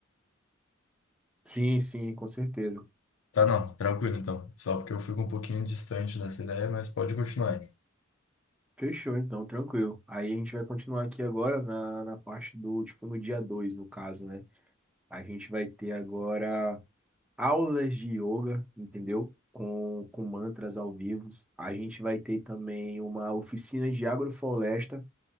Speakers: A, in the centre; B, on the left.
A: Sim, sim, com certeza.
B: Tá, não, tranquilo então. Só porque eu fico um pouquinho distante dessa ideia, mas pode continuar aí.
A: Fechou, então, tranquilo. Aí a gente vai continuar aqui agora na, na parte do, tipo, no dia 2 no caso, né? A gente vai ter agora aulas de yoga, entendeu? Com, com mantras ao vivo. A gente vai ter também uma oficina de agrofloresta